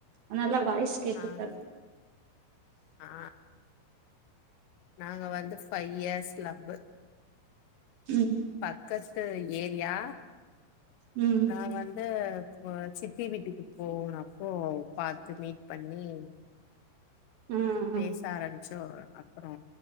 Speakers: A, on the right; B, on the left.
A: அனாலதா வாய்ஸ் கேட்டிருக்காது
B: ஆங்க ஆ நாங்கள் வந்து ஃபைவ் இயர்ஸ் லந்து
A: ம்
B: பக்கத்து ஏரியா
A: ம்
B: நா வந்து இப்ப சித்தி வீட்டுக்கு போனப்போ பாத்து மீட் பண்ணி
A: ம்
B: பேச
A: ம்
B: ஆரம்பிச்சோ அப்புறோ